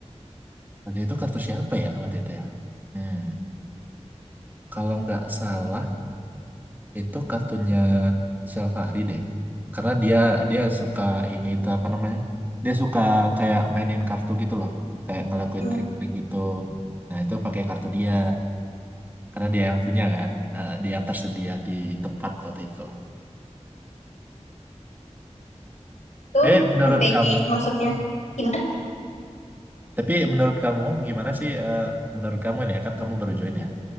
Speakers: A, on the right (about 15°); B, on the left (about 80°).
A: waktu itu kartu siapa ya waktu itu ya? Hmm. Kalau nggak salah itu kartunya Syafari deh. Karena dia dia suka ini itu apa namanya? Dia suka kayak mainin kartu gitu loh. Kayak ngelakuin
B: Hmm,
A: trik-trik gitu. Nah, itu pakai kartu dia. Karena dia yang punya kan. Eh, dia yang tersedia di tempat waktu itu.
B: Itu
A: Eh, menurut
B: sampai
A: kamu,
B: masuknya gimana?
A: tapi menurut kamu gimana sih? eh, menurut kamu ini ya kan kamu baru join ya.